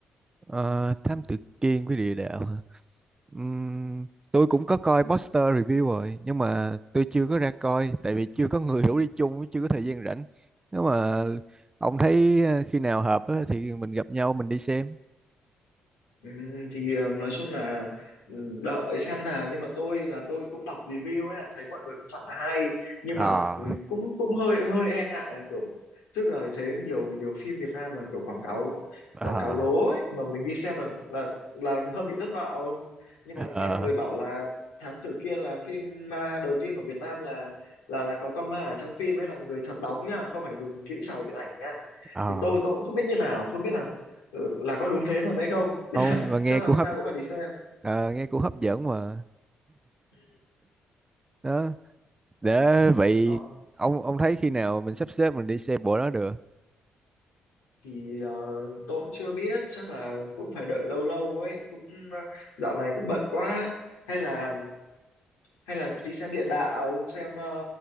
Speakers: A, on the right (about 25°); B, on the left (about 85°).
A: ờ, Thám Tử Kiên với Địa Đạo hả? Ừm, tôi cũng có coi poster review rồi nhưng mà tôi chưa có ra coi tại vì chưa có người rủ đi chung với chưa có thời gian rảnh nếu mà ông thấy ờ, khi nào hợp á, thì mình gặp nhau mình đi xem
B: Ừm, thì ờ, nói chung là ừm, đợi xem nào nhưng mà tôi là tôi cũng đọc review ấy thấy mọi người cũng bảo là hay nhưng
A: ờ
B: mà ừm, cũng cũng hơi hơi e ngại là kiểu trước giờ thấy nhiều nhiều phim Việt Nam mà kiểu quảng cáo
A: ờ
B: quảng cáo lố ấy mà mình đi xem là là là mình hơi bị thất vọng nhưng
A: ờ
B: mà nghe
A: ờ
B: mọi người bảo là Thám Tử Kiên là phim ma đầu tiên của Việt Nam là là là có con ma ở trong phim ấy là người thật đóng nha không phải dùng kỹ xảo điện ảnh nha
A: ờ.
B: thì tôi tôi cũng không biết như nào không biết là ờ, là có đúng thế thật hay không
A: ông
B: <laughs>
A: mà nghe
B: chắc
A: cũng
B: là hôm
A: hấp
B: nay cũng phải đi xem
A: ờ, nghe cũng hấp dẫn mà
B: ừ.
A: đó để vậy
B: đó
A: ông ông thấy khi nào mình sắp xếp mình đi xe bộ đó được
B: thì ờ, tôi cũng chưa biết chắc là cũng phải đợi lâu lâu ấy cũng ờ, dạo này cũng bận quá hay là hay là đi xem địa đạo xem ờ,